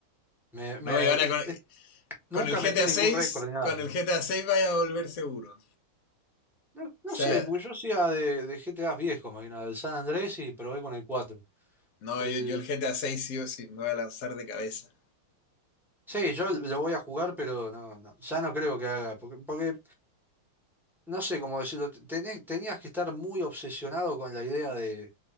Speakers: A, in the centre; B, on the left (about 60°).
A: Me, me-
B: No, y ahora
A: es-
B: con,
A: es-
B: con
A: nunca
B: el GTA
A: metí ningún
B: 6,
A: récord ni nada,
B: con
A: pero.
B: el GTA 6 vaya a volver seguro. O
A: No, no
B: sea,
A: sé, porque yo hacía de, de GTA viejo, más que nada, del San Andrés y probé con el 4.
B: no,
A: El,
B: yo, yo el GTA 6 sí o sí, me voy a lanzar de cabeza.
A: sí, yo lo voy a jugar, pero no, no, ya no creo que haga. Porque, porque, no sé cómo decirlo, te- tenés- tenías que estar muy obsesionado con la idea de